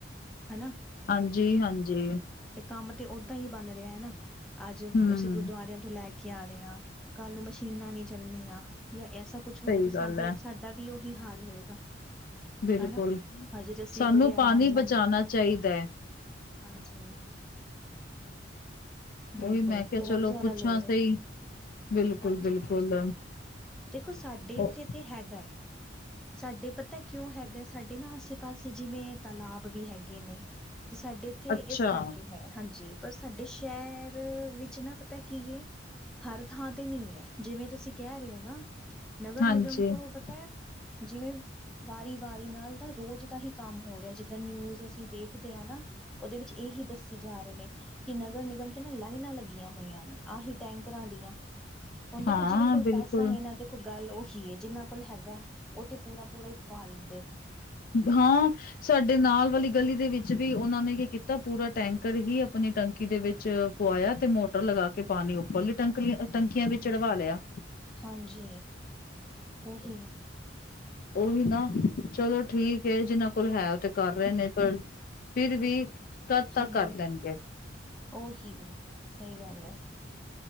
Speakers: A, in the centre; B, on the left (about 50°).
A: ਹਨਾ
B: ਹਾਂਜੀ- ਹਾਂਜੀ
A: ਤੇ ਕੰਮ ਤੇ ਓਦਾਂ ਹੀ ਬਣ ਰਿਹਾ ਏ ਨਾ, ਅੱਜ
B: ਹੂੰ,
A: ਅਸੀਂ ਗੁਰਦੁਆਰਿਆਂ ਤੋਂ ਲੈ ਕੇ ਆ ਰਹੇ ਆ ਕੱਲ ਨੂੰ ਮਸ਼ੀਨਾਂ ਨੀ ਚੱਲਣੀਆਂ ਜਾਂ ਐਸਾ ਕੁੱਛ ਹੋਇਆ
B: ਸਹੀ
A: ਤੇ ਸਾ
B: ਗੱਲ
A: ਸਾਡੇ
B: ਐ।
A: ਉਹਦਾ ਵੀ ਉਹੀ ਹਾਲ ਰਹੇਗਾ
B: ਬਿਲਕੁਲ,
A: ਹਨਾ ਹਜੇ ਅਸੀਂ
B: ਸਾਨੂੰ
A: ਬੜੇ ਆਰਾਮ
B: ਪਾਣੀ
A: ਨਾਲ
B: ਬਚਾਣਾ ਚਾਹੀਦਾ ਐ।
A: ਹਾਂਜੀ
B: ਉਹੀ
A: ਬਿਲਕੁਲ
B: ਮੈਂ ਕਿਹਾ
A: ਬਹੁਤ
B: ਚਲੋ
A: ਜ਼ਿਆਦਾ
B: ਪੁੱਛਾਂ
A: ਲੋੜ
B: ਸਹੀ,
A: ਏ
B: ਬਿਲਕੁਲ-ਬਿਲਕੁਲ।
A: ਹਾਂਜੀ ਹਾਂਜੀ ਦੇਖੋ ਸਾਡੇ
B: ਉਹ
A: ਇੱਥੇ ਤੇ ਹੈਗਾ ਸਾਡੇ ਪਤਾ ਕਿਉਂ ਹੈਗਾ ਸਾਡੇ ਨਾ ਆਸੇ ਪਾਸੇ ਜਿਵੇਂ ਤਾਲਬ ਵੀ ਹੈਗੇ ਨੇ ਸਾਡੇ ਇੱਥੇ
B: ਅੱਛਾ,
A: ਇਸ ਕਰ ਹੈ ਹਾਂਜੀ ਪਰ ਸਾਡੇ ਸ਼ਹਿਰ ਵਿੱਚ ਨਾ ਪਤਾ ਕੀ ਐ ਹਰ ਥਾਂ ਤੇ ਨਹੀਂ ਹੈ ਜਿਵੇਂ ਤੁਸੀਂ ਕਹਿ ਰਹੇ ਹੋ ਨਾ ਨਗਰ
B: ਹਾਂਜੀ-ਹਾਂਜੀ,
A: ਨਿਗਮ ਤੋਂ ਪਤਾ ਜਿਵੇਂ ਵਾਰੀ ਵਾਰੀ ਨਾਲ ਤਾਂ ਰੋਜ਼ ਦਾ ਹੀ ਕੰਮ ਹੋ ਰਿਹਾ ਹੈ ਜਿੱਦਾਂ ਨਿਊਜ਼ ਅਸੀਂ ਦੇਖਦੇ ਹਾਂ ਨਾ ਉਹਦੇ ਵਿੱਚ ਇਹੀ ਦੱਸ ਆ ਰਹੇ ਨੇ ਕਿ ਨਗਰ ਨਿਗਮ ਤੇ ਨਾ ਲਾਈਨਾਂ ਲੱਗੀਆਂ ਹੋਈਆਂ ਨੇ ਆਹੀ ਟੈਂਕਰਾਂ ਦੀਆਂ ਹੁਣ ਦੇਖੋ
B: ਹਾਂ
A: ਜਿਹਦੇ ਕੋਲ
B: ਬਿਲਕੁਲ,
A: ਪੈਸਾ ਏ ਨਾ ਦੇਖੋ ਗੱਲ ਉਹੀ ਏ ਜਿੰਨਾਂ ਕੋਲ ਹੈਗਾ ਉਹ ਤੇ ਪੂਰਾ ਪੂਰਾ ਹੀ ਪਾ ਲੈਂਦੇ ਨੇ
B: ਬਾਂ ਸਾਡੇ ਨਾਲ ਵਾਲੀ ਗਲੀ ਦੇ ਵਿੱਚ ਵੀ ਉਹਨਾਂ ਨੇ ਕੀ ਕੀਤਾ ਪੂਰਾ ਟੈਂਕਰ ਹੀ ਆਪਣੀ ਟੰਕੀ ਦੇ ਵਿੱਚ ਪਵਾਇਆ ਤੇ ਮੋਟਰ ਲਗਾ ਕੇ ਪਾਣੀ ਉੱਪਰਲੀ ਟੰਕਲੀ ਟੰਕੀਆਂ ਵਿੱਚ ਚੜਵਾ ਲਿਆ
A: ਹਾਂਜੀ ਉਹੀ
B: ਉਹੀ ਨਾ ਚਲੋ ਠੀਕ ਏ ਜਿਨਾਂ ਕੋਲ ਹੈ ਉਹ ਤੇ ਕਰ ਰਹੇ ਨੇ ਪਰ ਫਿਰ ਵੀ ਕੱਦ ਤੱਕ
A: ਹਾਂਜੀ
B: ਕਰ ਲੈਣਗੇ
A: ਉਹੀ ਸਹੀ ਗੱਲ ਐ